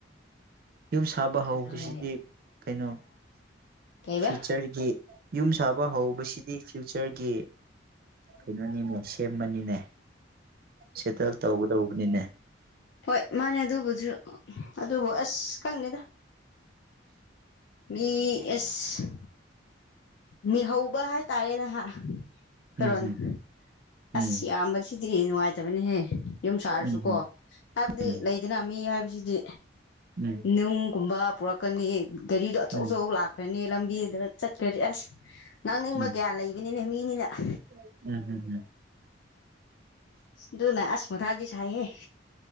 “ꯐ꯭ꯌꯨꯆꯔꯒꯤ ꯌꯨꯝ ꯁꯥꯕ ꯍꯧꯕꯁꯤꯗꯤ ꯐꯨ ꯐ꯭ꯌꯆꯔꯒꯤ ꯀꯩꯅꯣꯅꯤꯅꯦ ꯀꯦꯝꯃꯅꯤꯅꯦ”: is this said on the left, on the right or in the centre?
Right